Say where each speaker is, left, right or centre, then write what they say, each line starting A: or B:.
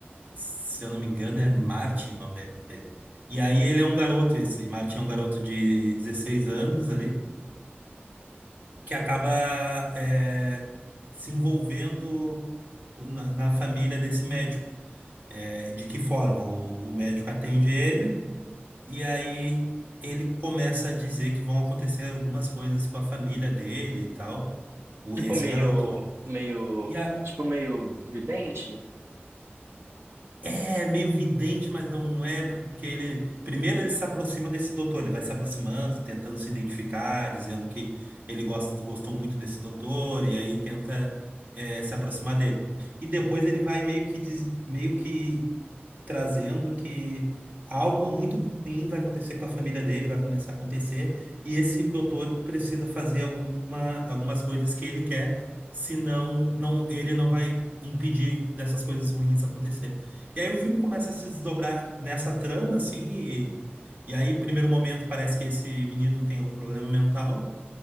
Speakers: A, on the right; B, on the right.
A: se eu não me engano, é Martin o nome dele. E aí ele é um garoto, esse Martin é um garoto de 16 anos ali, que acaba é, se envolvendo na, na família desse médico. É, de que forma? O, o médico atende ele, e aí ele começa a dizer que vão acontecer algumas coisas com a família dele e tal, o,
B: Tipo
A: esse
B: meio...
A: garoto, né?
B: meio...
A: E a,
B: Tipo meio vidente?
A: É meio vidente, mas não é, porque ele. Primeiro ele se aproxima desse doutor, ele vai se aproximando, tentando se identificar, dizendo que ele gosta, gostou muito desse doutor, e aí tenta eh, se aproximar dele. E depois ele vai meio que, diz- meio que trazendo que algo muito ruim vai acontecer com a família dele, vai começar a acontecer, e esse doutor precisa fazer alguma, algumas coisas que ele quer, senão não, ele não vai impedir dessas coisas ruins e aí o filme começa a se desdobrar nessa trama, assim, e, e aí, primeiro momento, parece que esse menino tem algum problema mental,